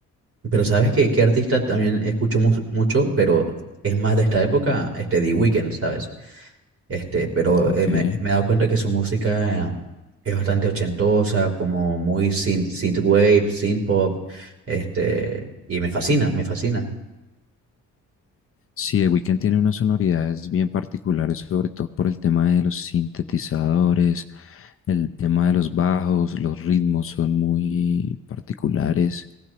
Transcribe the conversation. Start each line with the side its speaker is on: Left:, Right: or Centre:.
Right: Pero ¿sabes qué, qué artista también escucho mu- mucho, pero es más de esta época? Este, The Weeknd, ¿sabes? Este, pero
Left: Ok.
Right: eh, me, me he dado cuenta que su música eh, es bastante ochentosa, como muy synth, synthwave, synth pop, este, y me fascina, me fascina.
Left: Sí, The Weeknd tiene unas sonoridades bien particulares, sobre todo por el tema de los sintetizadores, el tema de los bajos, los ritmos son muy particulares